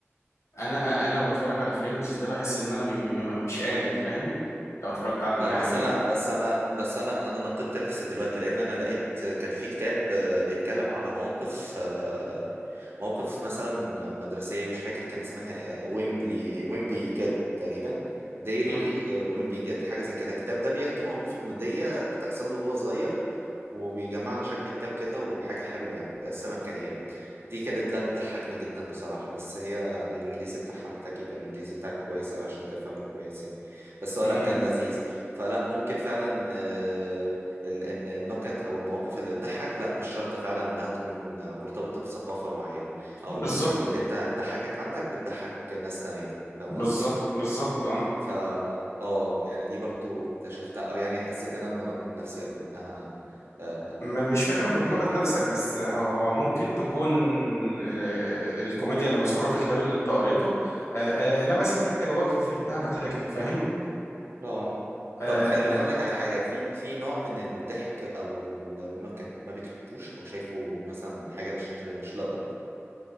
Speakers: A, on the left; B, on the right.
A: انا انا بتفرج على فريندز ده بحس ان انا م- م- م- مش قادر فاهم لو اتفرجت على
B: لا
A: يعني
B: بس انا بس انا بس انا انا نقدت نفسي دلوقتي لان انا لقيت كان في كتاب آه، بيتكلم على مواقف آه، مواقف مثلا مدرسيه مش فاكر كان اسمها إيه، ويمبلي ويمبي كاد تقريبا ديري
A: امم
B: آه، ويمبي جاد حاجه زي كده الكتاب ده بيحكي مواقف كوميديه بتحصل له وهو صغير وبيجمع على شكل كتاب كده وحاجة حلوة يعني بقسمها كأيام دي كانت لا بتضحكني جدا بصراحة بس هي الإنجليزي بتاعها محتاج يبقى الإنجليزي بتاعك كويس أوي عشان تفهمه كويس يعني بس هو
A: امم
B: لا كان لذيذ فلا ممكن فعلا آه، ال- إن النكت أو المواقف اللي بتضحك لا مش شرط فعلا إنها تكون مرتبطة بثقافة معينة أو
A: بالظبط
B: ممكن اللي أنت بتضحكك عندك بتضحك ناس تانية فاهم
A: بالظبط
B: قصدي؟
A: بالظبط اه
B: فا اه يعني دي برضو اكتشفتها او يعني حسيت ان انا بناقض نفسي او انها آه،
A: م- مش فكرة بتناقض
B: حاجة كده
A: نفسك بس هو هو ممكن تكون ال- ال- الكوميديا اللي مذكورة في الكتاب اللي انت قريته آه، آه، لمست حتة جواك ففهمتها فضحكت فاهم
B: اه
A: آه،
B: طب خليني اقول لك على حاجة في في نوع من الضحك او النكت ما بتحبوش او شايفه مثلا حاجة مش مش لائق